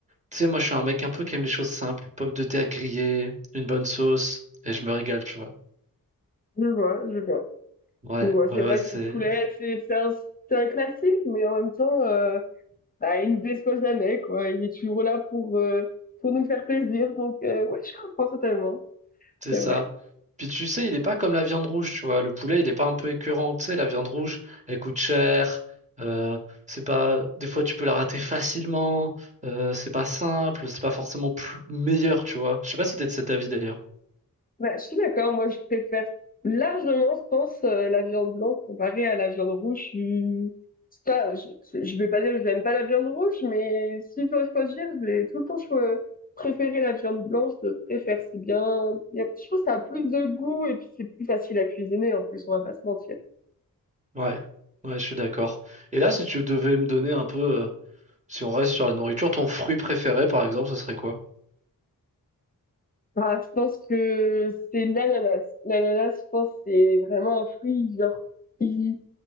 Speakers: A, on the right (about 20°); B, on the left (about 25°).
A: Tu sais, moi, je suis un mec un peu qui aime les choses simples. Pommes de terre grillées, une bonne sauce, et je me régale, tu vois.
B: Je vois, je vois.
A: Ouais,
B: Mais bon,
A: ouais,
B: c'est vrai
A: ouais, c'est,
B: que le poulet, c'est c'est un, c'est un classique, mais en même temps, euh, bah, il ne déçoit jamais, quoi. Il est toujours là pour, euh, pour nous faire plaisir. Donc, euh, ouais, je comprends totalement.
A: c'est
B: C'est
A: ça.
B: vrai.
A: Puis tu sais, il est pas comme la viande rouge, tu vois. Le poulet, il est pas un peu écœurant. Tu sais, la viande rouge, elle coûte cher. euh, c'est pas, des fois, tu peux la rater facilement. euh, c'est pas simple. C'est pas forcément plus- meilleur, tu vois. Je sais pas si t'es de cet avis d'ailleurs.
B: Bah, je suis d'accord. Moi, je préfère largement, je pense, euh, la viande blanche comparée à la viande rouge. Je suis- c'est pas, je, je vais pas dire que je n'aime pas la viande rouge, mais si je dois choisir, je vais tout le temps cho- préférer la viande blanche. Je préfère, c'est bien. Il y a- Je trouve que ça a plus de goût et puis c'est plus facile à cuisiner en plus, on va pas se mentir.
A: Ouais, ouais, je suis d'accord. Et là, si tu devais me donner un peu, euh, si on reste sur la nourriture, ton fruit préféré, par exemple, ce serait quoi?
B: Ah, je pense que c'est l'ananas. L'ananas, je pense, c'est vraiment un fruit, genre, il,